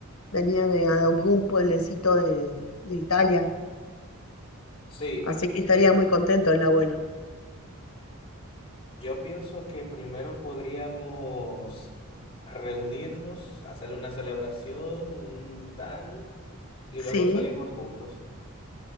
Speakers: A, on the left; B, on the left.
A: venía de algún pueblecito de, de Italia,
B: Sí,
A: así que estaría muy contento el abuelo.
B: Yo pienso que primero podríamos reunirnos, hacer una celebración, un tal, y luego
A: Sí,
B: salimos juntos.